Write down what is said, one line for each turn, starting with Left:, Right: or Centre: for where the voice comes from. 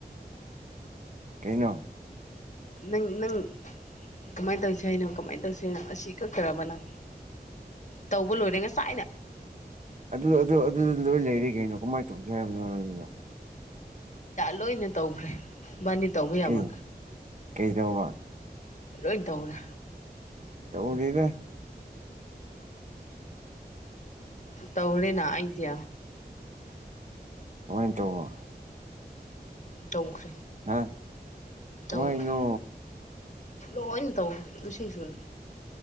Right: ꯀꯩꯍꯥꯏꯅꯣ
Left: ꯅꯪ ꯅꯪ ꯀꯃꯥꯏꯅ ꯇꯧꯁꯦ ꯍꯥꯏꯅꯣ ꯀꯃꯥꯏꯅ ꯇꯧꯁꯦ ꯍꯥꯏꯅꯣ ꯑꯁꯤ ꯀꯛꯇꯔꯕꯅꯪ ꯇꯧꯕ ꯂꯣꯏꯔꯦ ꯉꯁꯥꯏꯅ
Right: ꯑꯗꯨ ꯑꯗꯨ ꯂꯣꯏ ꯂꯩꯔꯤ ꯀꯩꯅꯣ ꯀꯃꯥꯏꯅ ꯇꯧꯁꯤ ꯍꯥꯏꯕꯅꯣ ꯍꯥꯏꯅꯤꯅ
Left: ꯂꯣꯏꯅ ꯇꯧꯈ꯭ꯔꯦ ꯏꯕꯥꯅꯤ ꯇꯧꯕ
Right: ꯀꯩ
Left: ꯌꯥꯕ
Right: ꯀꯩꯗꯧꯕ
Left: ꯂꯣꯏ ꯇꯧꯔꯦ
Right: ꯇꯧꯗ‌‍‌ꯦꯗ
Left: ꯇꯧꫪ‌ꯦꯅ ꯑꯩꯗꯤ
Right: ꯀꯃꯥꯏꯅ ꯇꯧꯕ
Left: ꯇꯧꯈ꯭ꯔꯦ
Right: ꯍꯥ ꯀꯃꯥꯏꯅꯣ
Left: ꯇꯧꯈ꯭ꯔꯦ ꯂꯣꯏꯅ ꯇꯧꯋ‌ꯦ ꯃꯁꯤꯡ ꯁꯨꯅ